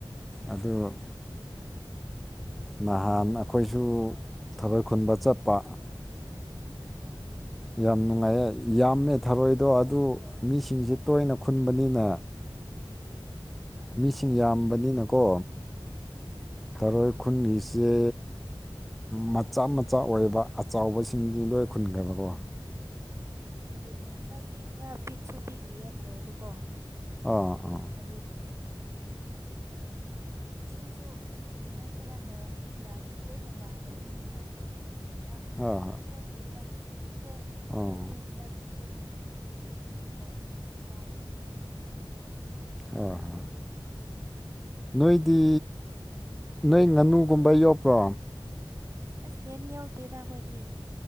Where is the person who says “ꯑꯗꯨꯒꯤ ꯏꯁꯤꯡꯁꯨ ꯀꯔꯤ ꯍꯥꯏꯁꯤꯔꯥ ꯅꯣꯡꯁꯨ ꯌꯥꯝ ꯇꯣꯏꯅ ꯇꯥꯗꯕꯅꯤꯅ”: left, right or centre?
Right